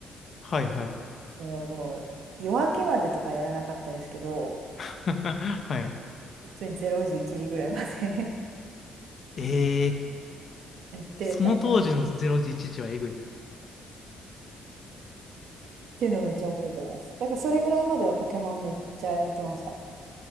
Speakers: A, on the left; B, on the right.
A: はいはい。
B: そのもう夜明けまでとかやらなかったですけど、
A: <laughs> はい。
B: 普通に0時、1時ぐらいまで
A: えー、
B: <laughs> やってたっ
A: その当時の0時1時はえぐい。
B: ていうのをめっちゃ覚えてます。だからそれぐらいまではポケモンめっちゃやってました。